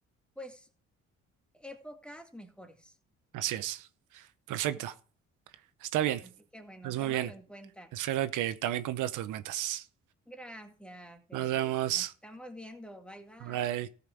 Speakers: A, in the centre; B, on the right (about 85°).
A: pues, épocas mejores,
B: así es. Perfecto.
A: ¿no?
B: Está bien.
A: Así que bueno,
B: Pues muy
A: tómalo
B: bien.
A: en cuenta.
B: Espero que también cumplas tus metas.
A: Gracias, Edu.
B: Nos vemos.
A: Nos estamos viendo. Bye, bye.
B: Bye.